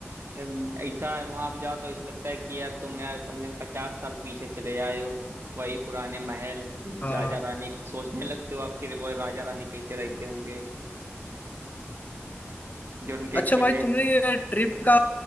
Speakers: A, on the right (about 60°); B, on the left (about 35°).
A: अम, ऐसा वहां पे जाओ तो ऐसा लगता है कि यार तुम यार कम से कम पचास साल पीछे चले आए हो वही पुराने महल
B: हाँ
A: राजा रानी सोचने लगते हो आपके वो राजा रानी कैसे रहते होंगे जो उनके
B: अच्छा
A: किले
B: भाई
A: हैं।
B: तुमने ये ट्रिप का